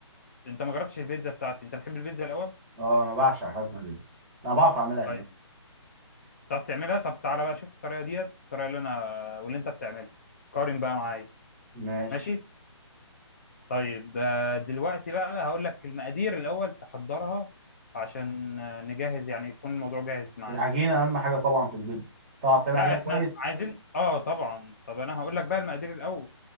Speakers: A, on the left; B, on the right.
A: انت ما جربتش البيتزا بتاعتي انت بتحب البيتزا الاول
B: اه انا بعشق حاجه اسمها بيتزا انا بعرف اعملها كمان
A: طيب تعرف تعملها طب تعالى بقى شوف الطريقه ديت الطريقه اللي انا واللي انت بتعملها قارن بقى معايا
B: ماشي
A: ماشي طيب آه، دلوقتي بقى هقول لك المقادير الاول تحضرها عشان آه، نجهز يعني يكون الموضوع جاهز معانا
B: العجينه اهم حاجه طبعا في البيتزا تعرف تعمل
A: لا
B: عجينه
A: احنا
B: كويس
A: عايزين اه طبعا طب انا هقول لك بقى المقادير الاول